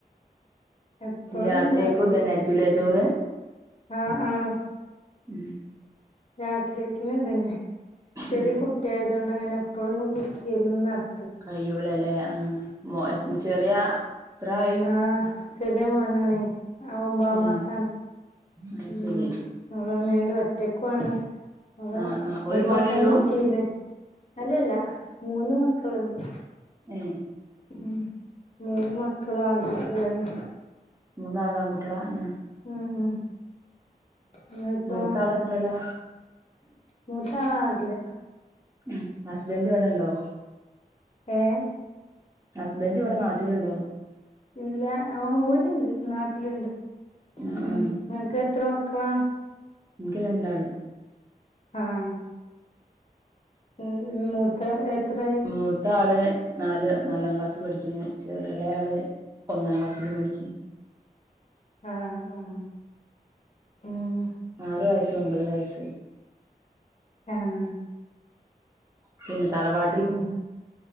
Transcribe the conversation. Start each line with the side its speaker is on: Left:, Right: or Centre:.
Left: എപ്പോഴൊന്നും
Right: രാത്രിയേക്കും
Left: ഉണ്ടാക്കൂല
Right: ഇതന്നായിരിക്കുലെ ചോറ്
Left: ആഹ് ആഹ്
Right: ഉം
Left: രാത്രിക്കിന് ഇതന്നെ ചെറിയ
Right: ഉം
Left: കുട്ടി ആയതോണ്ട് അങ്ങനെ എപ്പോഴൊന്നും കുക്കിയ്യെലൊന്നും നട്
Right: കഴൂലല്ലേ ആഹ് മോ ചെറിയ എത്ര ആയി
Left: ആഹ് ചെറിയ മോനാണെ ആ ഒമ്പംമാസ
Right: ഉം അത്
Left: ഉം
Right: ശരി
Left: ആന്നട് ഒറ്റക്കാണ് അപൊ
Right: ആഹ് ആഹ്
Left: ഒരു
Right: മോനേ
Left: വട്ടം
Right: ഉള്ളൂ
Left: കുക്ക് യ്ത അല്ലല്ല മൂന്ന് മക്കളുണ്ട്
Right: ഏഹ്
Left: ഉം മൂന്ന് മക്കളും ആൺ കുട്ടികള് തന്നെ
Right: മൂന്നാളും ആൺ കൂട്ടിള ഉം
Left: ഉം ഉം ങ്ങക്കൊ
Right: മൂത്താള് എത്രേലാ
Left: മൂത്താള് ആറില്
Right: ഉം ഹസ്ബന്റ് ഇവിടെണ്ടോ
Left: ഏഹ്
Right: ഹസ്ബന്ഡ് ഇവിടെ നാട്ടിലുണ്ടോ
Left: ഇല്ല ആഹ് ഓരുണ്ട് നാട്ടില്ണ്ട്
Right: ആഹ്
Left: ഉം
Right: ആഹ്
Left: ങ്ങക്ക് എത്ര മക്കളാ
Right: ഇൻക്ക് രണ്ടാള്
Left: ആഹ് ഉം ഉം മൂത്ത എത്രയ്
Right: മൂത്ത ആള് നാല് നാലാം ക്ലാസ്സിൽ പഠിക്കുന്നു ചെറിഎളേ ആള് ഒന്നാം ക്ലാസ്സിലും പഠിക്കുന്ന്
Left: ആഹ് ആഹ് ഉം
Right: ആറു വയസ്സും ഒമ്പത് വയസ്സും
Left: ആഹ്
Right: പിന്നെ തറവാ
Left: ഉം